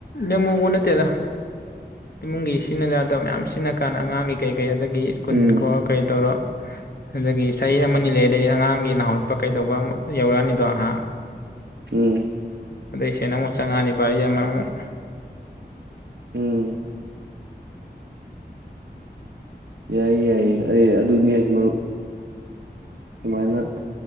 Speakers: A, on the left; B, on the right.
A: ꯅꯃꯨꯕꯨꯅꯦ ꯇꯦꯔ ꯏꯃꯨꯡꯒꯤ ꯁꯤꯖꯤꯟꯅ ꯌꯥꯗꯕ ꯃꯌꯥꯝ ꯁꯤꯖꯤꯟꯅ ꯀꯥꯟꯅ ꯑꯉꯥꯡꯒꯤ ꯀꯩ ꯀꯩ ꯑꯗꯒꯤ ꯁ꯭ꯀꯨꯜ
B: ꯎꯝ
A: ꯀꯣ ꯀꯩ ꯇꯧꯔꯣ ꯑꯗꯨꯗꯒꯤ ꯆꯍꯤ ꯑꯃꯅꯤ ꯑꯃ ꯂꯩ ꯑꯗꯩꯗꯤ ꯑꯉꯥꯡꯒꯤ ꯅꯅꯥꯍꯠꯄ ꯀꯩꯗꯧꯕ ꯌꯧꯔꯛꯑꯅꯤꯗꯣ ꯉꯍꯥꯛ
B: ꯎꯝ
A: ꯑꯗꯩꯁꯤꯅ ꯑꯃꯨꯛ ꯆꯪꯉꯥꯅꯤ ꯔꯤ ꯑꯃꯃꯨꯛ
B: ꯎꯝ ꯌꯥꯏꯌꯦ ꯌꯥꯏꯌꯦ ꯑꯩ ꯑꯗꯨꯅꯤ ꯍꯥꯏꯁꯤ ꯃꯔꯨꯞ ꯑꯗꯨꯃꯥꯏꯅ